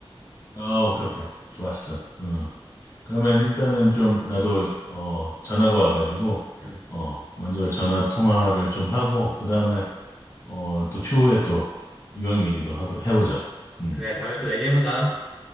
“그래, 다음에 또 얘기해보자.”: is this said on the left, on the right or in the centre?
Centre